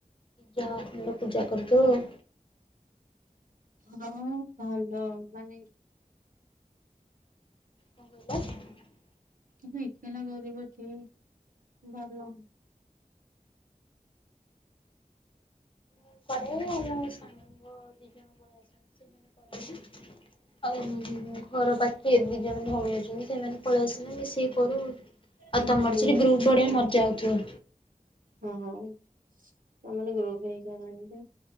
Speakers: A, on the left; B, on the right.
A: ଯାହା ଖଣ୍ଡ ପୂଜା କରଦଉ ଆଉ।
B: ହଁ ଭଲ ମାନେ
A: <unintelligible>
B: କିନ୍ତୁ ଏକେଲା କରିବ ଠିକ୍ ଭଲ।
A: <inaudible> ଆଉ ଘର ପାଖେରେ ଦି ଜଣ ଭଉଣୀ ଅଛନ୍ତି ସେମାନେ ପଳେଇ ଆସିଲେ ମିସିକି କରୁ ଆଉ। ଆଉ
B: ହୁଁ
A: ତମର ସେଠି ଗ୍ରୁପ୍ ବଢିଆ ମଜା ହଉଥିବ।
B: ହଁ-ହଁ। <unintelligible> ଗ୍ରୁପ୍ ହେଇ କରନ୍ତି